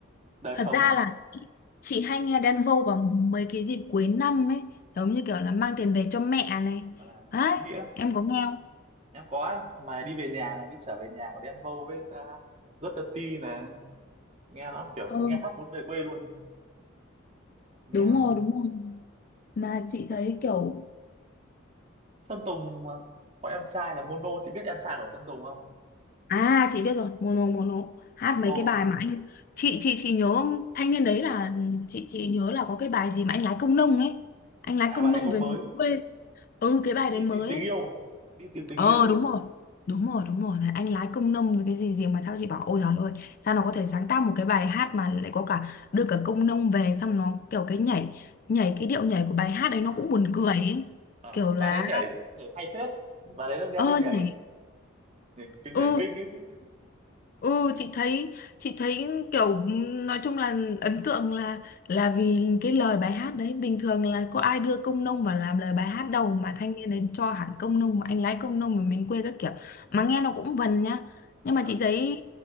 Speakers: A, on the right; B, on the left.
A: đời
B: Thật
A: sống
B: ra
A: ấy
B: là chị, chị hay nghe Đen Vâu vào mấy cái dịp cuối năm ấy, giống như kiểu là mang tiền về cho mẹ này.
A: là
B: Đấy,
A: ý nghĩa
B: em có nghe không?
A: em có mà đi về nhà này đi trở về nhà của Đen Vâu với uh, rất tự ti này nghe nó kiểu
B: Ờ,
A: nghe hát muốn về quê luôn nghe
B: đúng
A: nó
B: rồi, đúng rồi. Mà chị
A: Sơn
B: thấy kiểu
A: Sơn Tùng mà. có em trai là Mono chị biết em trai của Sơn Tùng không
B: À, chị biết rồi, Mono Mono hát
A: Mono
B: mấy cái bài mà anh chị chị chị nhớ thanh niên đấy là chị chị nhớ là có cái bài gì mà anh lái công nông ấy. Anh lái
A: à
B: công
A: bà đấy
B: nông
A: cũng
B: về
A: mới
B: miền quê. Ừ cái bài
A: đi
B: đấy mới
A: tìm tình
B: ấy.
A: yêu đi tìm tình
B: Ờ
A: yêu
B: đúng rồi Đúng rồi đúng rồi Này, Anh lái công nông rồi cái gì gì mà sao chị bảo Ôi trời ơi Sao nó có thể sáng tác một cái bài hát Mà lại có cả đưa cả công nông về Xong nó kiểu cái nhảy Nhảy cái điệu nhảy của bài hát ấy Nó
A: à,
B: cũng buồn cười ấy
A: à,
B: Kiểu là
A: bà đấy nhảy nhảy hay phết bà đấy đem đi
B: Ơ
A: nhảy
B: nhảy
A: nhảy, cái nhảy
B: Ừ
A: kinh ấy chứ
B: Ừ chị thấy chị thấy kiểu ừ, nói chung là ấn tượng là là vì cái lời bài hát đấy bình thường là có ai đưa công nông vào làm lời bài hát đâu
A: Ờ,
B: mà thanh niên đấy cho hẳn công nông anh lái công nông ở miền quê các kiểu mà nghe nó cũng vần nhá nhưng
A: à,
B: mà chị thấy